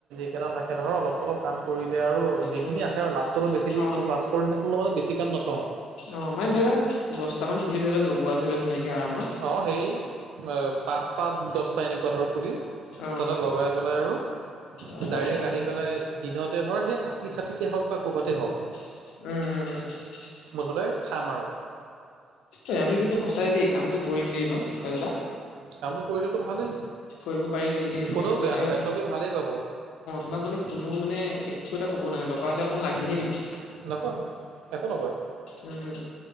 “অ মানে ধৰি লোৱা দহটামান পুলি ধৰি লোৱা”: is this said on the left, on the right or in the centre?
Left